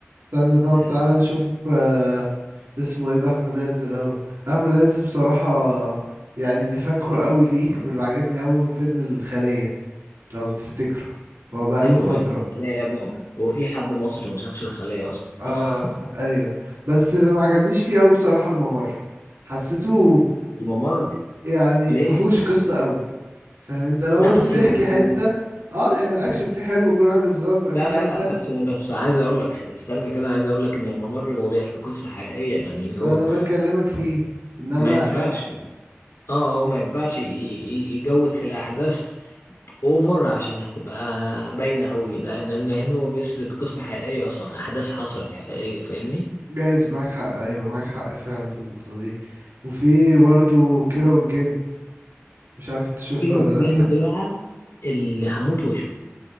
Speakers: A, on the right; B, on the left.
A: استنى طب
B: آه،
A: تعالى نشوف آه اسمه ايه ده أحمد عز الأول أحمد عز بصراحة يعني اللي فاكره قوي ليه واللي عجبني قوي فيلم الخلية لو تفتكره هو بقاله
B: أيوه
A: فترة
B: أيوه الخلية يا ابني هو في حد مصري ما شافش الخلية يا اسطى
A: اه
B: <laughs>
A: ايوه بس اللي ما عجبنيش فيه قوي بصراحة الممر حسيته
B: الممر
A: يعني
B: ليه؟
A: ما فيهوش قصة قوي فاهم انت لو
B: لا
A: بس
B: بس
A: بيحكي
B: الم...
A: حتة اه يعني الاكشن فيه حلو وكل حاجة بس اللي هو بيبقى
B: لا
A: فيه
B: لا
A: حتة
B: لا بس بس عايز أقول لك استنى كده عايز أقول لك إن الممر هو بيحكي قصة حقيقية يعني
A: ما
B: هو
A: انا بكلمك فيه انما
B: ما ينفعش اه هو ما ينفعش ي- ي- يجود في الأحداث اوفر عشان هتبقى باينه قوي لان إن هنا هو بيسرد قصه حقيقيه اصلا احداث حصلت حقيقيه فاهمني
A: جايز معاك حق ايوه معاك حق فعلا في النقطة دي وفي برضه كيرة والجن مش عارف انت شفته
B: كيرة
A: ولا
B: والجن
A: لا
B: ده بقى اللي هموت واشوفه